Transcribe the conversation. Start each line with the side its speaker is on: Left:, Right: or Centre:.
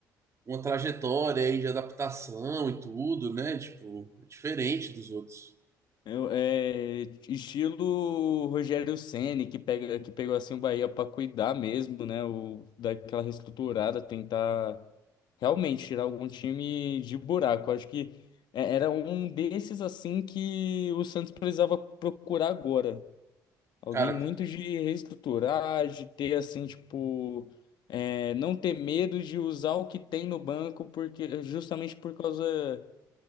Right: uma trajetória aí de adaptação e tudo, né? Tipo, é diferente dos outros.
Left: Eu- é, estilo Rogério Ceni que pega, que pegou assim o Bahia para cuidar mesmo, né? O, daquela reestruturada, tentar realmente tirar algum time de buraco. Acho que é- era um desses assim que o Santos precisava procurar agora. Alguém
Right: Cara,
Left: muito de reestruturar, de ter assim, tipo, é, não ter medo de usar o que tem no banco, porque justamente por causa